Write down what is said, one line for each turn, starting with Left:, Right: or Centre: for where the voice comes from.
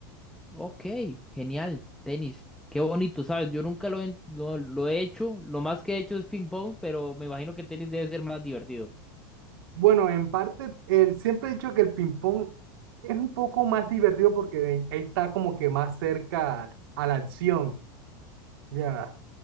Centre: Ok, genial, tenis. Qué bonito, ¿sabes? Yo nunca lo he, lo, lo he hecho. Lo más que he hecho es ping pong, pero me imagino que tenis debe ser más divertido.
Right: Bueno, en parte, el, siempre he dicho que el ping-pong es un poco más divertido porque está como que más cerca a la acción. Ya,